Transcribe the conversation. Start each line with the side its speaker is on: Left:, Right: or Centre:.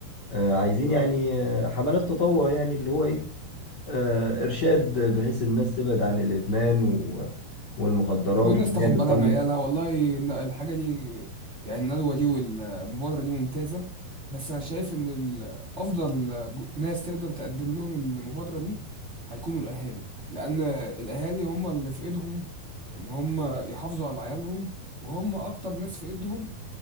Left: آه، عايزين يعني آه، حملات تطوع يعني اللي هو إيه آه، إرشاد بحيث الناس تبعد عن الإدمان و- والمخدرات
Right: والناس
Left: وإن
Right: تاخد
Left: هي بتدمر
Right: بالها من عيالها والله إن الحاجة دي يعني الندوة دي والمبادرة دي ممتازة بس أنا شايف إن ال- أفضل جو- ناس تقدر تقدم لهم المبادرة دي هيكونوا الأهالي لأن الأهالي هم اللي في إيدهم إن هم يحافظوا على عيالهم وهم أكتر ناس في إيدهم